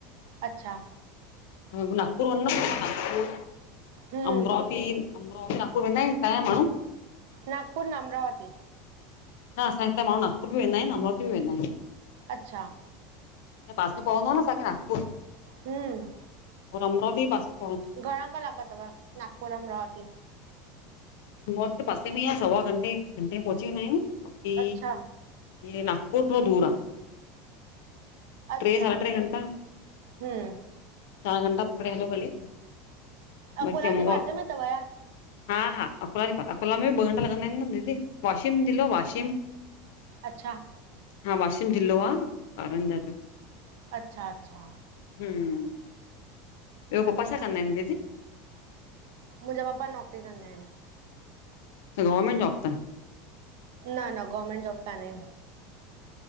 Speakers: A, on the right (about 75°); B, on the left (about 70°).
A: अच्छा
B: ह नगपुर वञणो पवंदो नगपुर
A: हम्म
B: अमराती, अमरावती, नापुर वेंदा आहिनि हितां जा माण्हू।
A: नागपुर न अमरावती।
B: न असांजे हिते माण्हू नागपुर बि वेंदा आहिन, अमरावती बि वेंदा आहिन।
A: अच्छा
B: पास मे पवंदो आ न असांखे नागपुर।
A: हम्म
B: अमरावती पास मे
A: घणा कलाक तव नागपुर अमरावती?
B: मौस पासे में ई आ सवा घंटे घंटे में पहुची वेंदा आहियूं बाक़ी
A: अच्छा
B: इ नागपुर खां दूर आ।
A: अच्छा
B: ट्रे सढा ट्रे घंटा
A: हम्म
B: चार घंटा पकड़े हलो भले
A: अकोला
B: बाकी अमरा
A: जे पासे में अथव या
B: हा हा अकोल जे पा, अकोल में बि ॿ घंटा लॻंद आहिनि न दीदी। वाशीम जिलो वाशीम।
A: अचछा
B: हा वाशिम ज़िलो आ कांरन्जा जो।
A: अच्छा अच्छा
B: हम्म ॿियो पप्पा
A: अच्छा,
B: छा कंदा आहिनि दीदी
A: मुंहिंजा पपा नौकरी कंदा आहिनि।
B: गवर्नमेंट जॉब तन?
A: न न गवर्नमेंट जॉब काननेन।